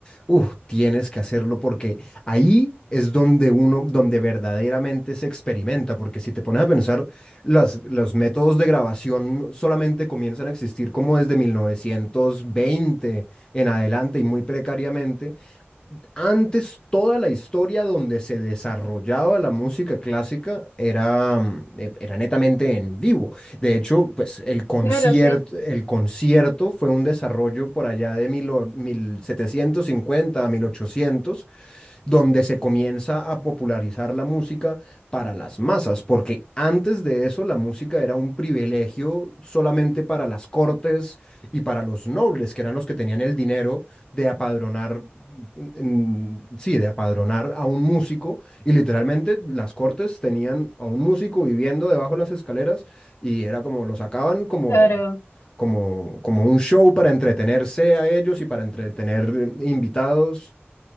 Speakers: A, on the left (about 20°); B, on the left (about 80°).
A: uff, tienes que hacerlo porque ahí es donde uno, donde verdaderamente se experimenta. Porque si te pones a pensar, las, los métodos de grabación solamente comienzan a existir como desde 1920 en adelante y muy precariamente. Antes toda la historia donde se desarrollaba la música clásica era, mm, eh, era netamente en vivo. De hecho, pues el concierto,
B: Claro, sí,
A: el concierto fue un desarrollo por allá de mil o- 1750 a mil ochocientos donde se comienza a popularizar la música para las masas, porque antes de eso la música era un privilegio solamente para las cortes y para los nobles, que eran los que tenían el dinero de apadronar en- sí, de apadronar a un músico y literalmente las cortes tenían a un músico viviendo debajo de las escaleras y era como lo sacaban como
B: claro.
A: como como un show para entretenerse a ellos y para entretener invitados